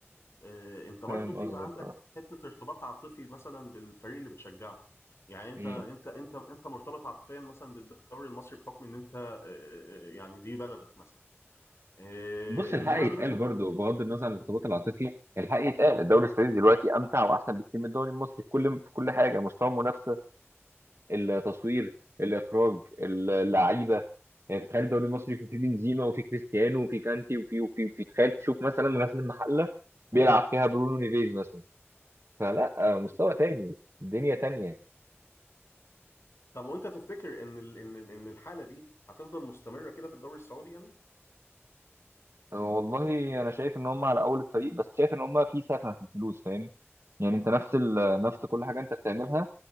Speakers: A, on the left (about 70°); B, on the right (about 65°).
A: اه، انت برضو
B: فاهم
A: بتبقى
B: قصدك
A: عندك
B: اه
A: حتة ارتباط عاطفي مثلا بالفريق اللي بتشجعه يعني انت
B: مم.
A: انت انت انت مرتبط عاطفيا مثلا بالدوري المصري بحكم ان انت اه، آه، يعني دي بلدك مثلا اه،
B: بص الحق
A: انما
B: يتقال
A: ان انت
B: برضه بغض النظر عن الارتباط العاطفي الحق يتقال الدوري السعودي دلوقتي امتع واحسن بكتير من الدوري المصري في كل في كل حاجه مستوى المنافسه التصوير الاخراج اللعيبه يعني تخيل الدوري المصري يكون فيه بنزيما وفيه كريستيانو وفيه كانتي وفيه وفيه وفيه تخيل تشوف مثلا غزل المحله بيلعب فيها برونو نيفيز مثلا فلا مستوى تاني دنيا تانية
A: طب وانت تفتكر ان ال- ان ان الحالة دي هتفضل مستمرة كده في الدوري السعودي يعني
B: والله انا شايف ان هم على اول الطريق بس شايف ان هم في سخنه في الفلوس فاهم يعني انت نفس ال... نفس كل حاجه انت بتعملها